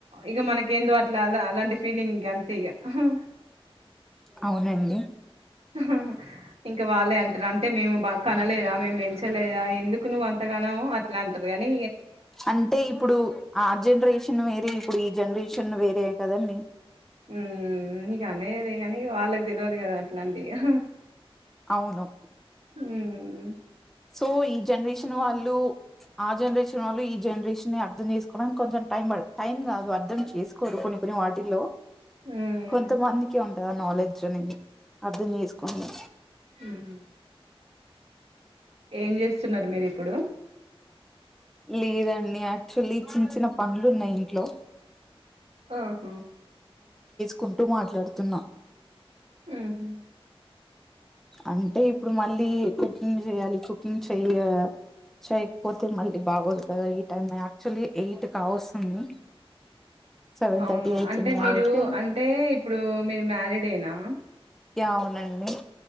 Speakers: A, on the right; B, in the centre.
A: ఇక మనక ఏందో అట్లా అలాంటి ఫీలింగ్ ఇక అంతే ఇక హా
B: అవునండి
A: ఉహు ఇంకా వాళ్ళే అంటారు అంటే మేము బా కనలేదా మేము పెంచలేదా ఎందుకు నువ్వు అంతగానం అట్లా అంటారు గాని
B: అంటే ఇప్పుడు ఆ జనరేషన్ వేరే ఇప్పుడు ఈ జనరేషన్లు వేరే కదండి
A: ఉ ఇగా అనేదే కానీ వాళ్ళకి తెలియదు కదా అట్లాంటి ఇగ
B: అవును
A: ఉమ్
B: సో ఈ జనరేషన్ వాళ్ళు ఆ జనరేషన్ వాళ్ళు ఈ జనరేషన్ అర్థం చేసుకోవడానికి కొంచెం టైం పడు టైం కాదు అర్థం చేసుకోరు కొన్ని కొన్ని వాటిల్లో
A: ఉమ్
B: కొంతమందికి ఉంటందా నాలెడ్జ్ కూచొని అర్ధం చేసుకోండి
A: ఉమ్ ఏం చేస్తున్నారు మీరు ఇప్పుడు
B: లేదండి యాక్చువల్లీ చిన్న చిన్న పనులు ఉన్నాయి ఇంట్లో
A: ఆహా
B: కుంటూ మాట్లాడుతున్నా
A: ఉహ్
B: అంటే ఇప్పుడు మళ్ళీ కుకింగ్ జేయాలి కుకింగ్ చేయ చేయకపోతే మళ్ళీ బాగోదు కదా ఈ టైమ్ యాక్చువల్లీ ఎయిట్ కావస్తుంది సెవెన్
A: అవును
B: థర్టీ అవుతుంది
A: అంటే
B: కాబట్టి
A: మీరు అంటే ఇప్పుడు మీరు మ్యారీడ్ ఏనా
B: యా అవునండి